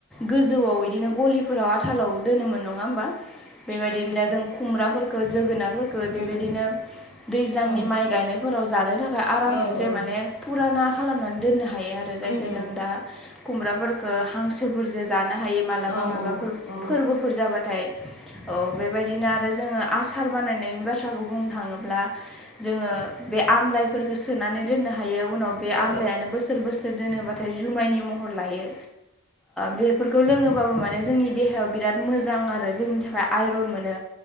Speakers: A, in the centre; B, on the left (about 75°).
A: गोजौआव बिदिनो गलिफोराव आथालाव दोनोमोन। नङा होमबा बेबायदिनो
B: उम
A: दा जों खुमब्राफोरखौ जोगोनारफोर खो बेबायदिनो
B: उम
A: दैज्लांनि
B: उम
A: माइ गायनायफोराव जानो थाखाय आरामसे
B: औ औ
A: माने फुराना खालामनानै दोननो हायो आरो जायखौ
B: उम उम
A: जों दा खुमब्राफोरफोरखौ हांसोफोरजो जानो हायो मालाबा
B: औ
A: माबाफोर
B: औ
A: फोरबोफोर जाबाथाय। औ बेबायदिनो आरो जोङो आसार बानायनायनि बाथ्राखौ बुंनो थाङोब्ला जोङो बे आमलाइफोरखौ सोनानै दोननो हायो उनाव बे
B: औ
A: आमलायानो बोसोर बोसो सोर दोनोबाथाय जुमायनि महर लायो बेफोरखौ लोङोबाबो माने जोंनि देहायाव बिराद मोजां आरो जोंनि थाखाय आइरन मोनो